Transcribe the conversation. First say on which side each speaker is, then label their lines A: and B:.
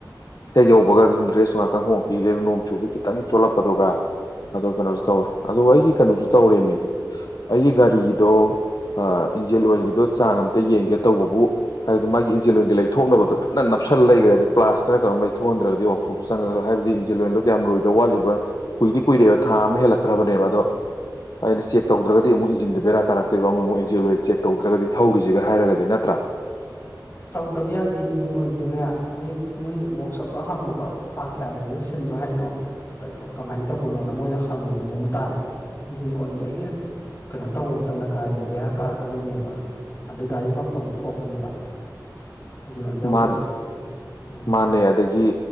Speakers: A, on the left; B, on the left.
A: ꯍꯦꯛ ꯌꯧꯕꯒ ꯑꯗꯨꯝ ꯗ꯭ꯔꯦꯁ ꯈꯤꯇꯪ ꯍꯣꯡꯈꯤꯒꯦ ꯅꯣꯡ ꯆꯨꯕꯒꯤ ꯈꯤꯇꯪ ꯆꯣꯠꯂꯛꯄꯗꯨꯒ ꯑꯗꯨ ꯀꯩꯅꯣꯁꯨ ꯇꯧꯏ ꯑꯗꯨꯒ ꯑꯩꯒꯤ ꯀꯩꯅꯣꯁꯨ ꯇꯧꯔꯤꯃꯤ ꯑꯩꯒꯤ ꯒꯥꯔꯤꯗꯣ ꯏꯟꯖꯤꯜ ꯑꯣꯏꯒꯤꯗꯣ ꯆꯥꯡ ꯑꯃꯝꯇ ꯌꯦꯡꯒꯦ ꯇꯧꯕꯕꯨ ꯍꯥꯏꯕꯗꯤ ꯃꯥꯒꯤ ꯏꯟꯖꯦꯜ ꯑꯣꯏꯒꯤ ꯂꯩꯊꯣꯛꯅꯕꯗꯣ ꯐꯖ ꯅꯞꯁꯜ ꯂꯩꯈ꯭ꯔꯦ ꯑꯗꯨ ꯄ꯭ꯂꯥꯁꯇꯅ ꯀꯩꯅꯣꯝ ꯂꯩꯣꯛꯍꯟꯗ꯭ꯔꯒꯗꯤ ꯋꯥꯛꯁꯣꯞꯁꯤ ꯆꯪꯉꯒ ꯍꯥꯏꯕꯗꯤ ꯏꯟꯖꯦꯜ ꯑꯣꯏꯜꯗꯣ ꯀꯌꯥꯝ ꯂꯣꯏꯗ ꯋꯥꯠꯂꯤꯕ꯭ꯔꯥ ꯀꯨꯏꯗꯤ ꯀꯨꯏꯔꯦꯕ ꯊꯥ ꯑꯃ ꯍꯦꯜꯂꯛꯈ꯭ꯔꯕꯅꯦꯕ ꯑꯗꯣ ꯑꯩꯅ ꯆꯦꯛ ꯇꯧꯗ꯭ꯔꯒꯗꯤ ꯑꯃꯨꯛ ꯏꯟꯖꯤꯟꯗ ꯕꯦꯔꯥ ꯀꯥꯔꯛꯇꯣꯏꯕ ꯑꯃꯨꯛ ꯑꯃꯛ ꯏꯟꯖꯦꯜ ꯑꯣꯏ ꯆꯦꯛ ꯇꯧꯗ꯭ꯔꯒꯗꯤ ꯊꯧꯔꯤꯁꯤꯒ ꯍꯥꯏꯔꯒꯗꯤ ꯅꯠꯇ꯭ꯔꯥ
B: ꯇꯧꯗꯕ ꯌꯥꯗꯦ ꯏꯟꯖꯤꯟ ꯑꯣꯏꯗꯤꯅꯦ ꯃꯣꯏꯒꯤ ꯃꯣꯏ ꯋꯔꯥꯛꯛꯁꯣꯞꯇꯣ ꯍꯪꯉꯨꯕ ꯊꯥ ꯀꯌꯥ ꯂꯩꯔꯒ ꯁꯤꯜꯂꯣ ꯍꯥꯏꯅꯣ ꯀꯃꯥꯏꯅ ꯇꯧꯕꯅꯣꯅ ꯃꯣꯏꯗ ꯍꯪꯉꯨꯕ ꯃꯃꯨꯠ ꯇꯥꯅ ꯏꯟꯖꯤꯟ ꯑꯣꯏꯗꯨ ꯍꯦꯛ ꯀꯩꯅꯣ ꯇꯧꯕ ꯃꯇꯝꯗ ꯒꯥꯔꯤꯗꯨ ꯕꯦꯔꯥ ꯀꯥꯔꯛꯀꯗꯣꯏꯅꯦꯕ ꯑꯗꯩ ꯒꯥꯔꯤ ꯃꯈꯣꯟꯁꯨ ꯊꯣꯛꯄꯅꯦꯕ ꯏꯟꯖꯤꯟ ꯑꯣꯏꯜ ꯌꯥꯎꯗꯕꯁꯦ
A: ꯃꯥꯟ
B: ꯎꯝ
A: ꯃꯥꯟꯅꯦ ꯑꯗꯒꯤ